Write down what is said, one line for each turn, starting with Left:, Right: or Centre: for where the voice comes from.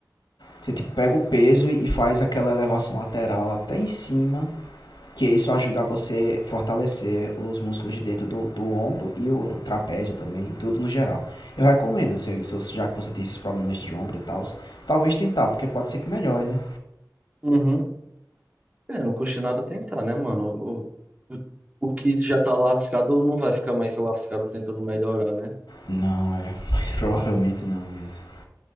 Left: Você tipo pega o peso e faz aquela elevação lateral até em cima, que isso ajuda você a fortalecer os músculos de dentro do, do ombro e o trapézio também, tudo no geral. Eu recomendo, se, se, já que você tem esses problemas de ombro e tal, talvez tentar, porque pode ser que melhore, né?
Right: Uhum. É, não custa nada tentar, né, mano? O, o, o que já tá lascado não vai ficar mais lascado tentando melhorar, né?
Left: Não, é, <laughs> mas provavelmente não mesmo.